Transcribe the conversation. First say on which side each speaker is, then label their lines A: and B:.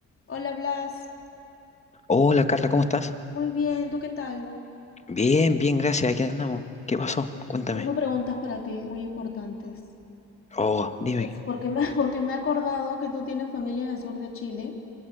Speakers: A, on the left; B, on the left.
A: Hola Blas,
B: Hola Carla, ¿cómo estás?
A: muy bien, ¿tú qué tal?
B: Bien, bien, gracias. Aquí andamos. ¿Qué pasó? Cuéntame.
A: Tengo preguntas para ti, muy importantes.
B: Oh, dime.
A: Es porque me, <laughs> porque me he acordado que tú tienes familia en el sur de Chile,